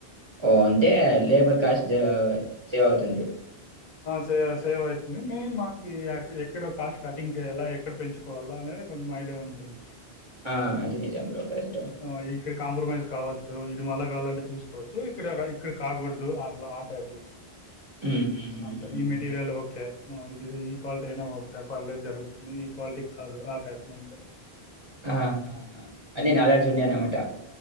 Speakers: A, on the right; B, on the left.
A: ఒ అంటే లేబర్ కాస్ట్ జ సేవ్ అవుతుంది
B: సే సేవ్ అవుతుంది మెయిన్ మాకి ఎక్కడ కాస్ట్ కటింగ్ చేయాలా ఎక్కడ పెంచుకోవాలా అనేది కొంచెం ఐడియా ఉంటుంది
A: ఆ! అది నిజం బ్రో. కరెక్టు.
B: అ ఇక్కడ కాంప్రమైజ్ కావచ్చు ఇది మళ్ళ కళ్ళంటే చూసుకోవచ్చు సో ఇక్కడ ఇక్కడ కాకూడదు అట్ల ఆ టైప్ లో
A: హ్మ్. హుహుహుహుహు.
B: అంతే ఈ మెటీరియల్ ఒకే ఇది ఈ క్వాలిటీ అయినా ఒకే పర్లేదు జరుగుతుంది ఈ క్వాలిటీ కాదు ఆ టైప్ లో అంతే
A: ఆహాహా! అన్ని
B: మ్మ్
A: నాలెడ్జ్ ఉన్నాయన్నమాట.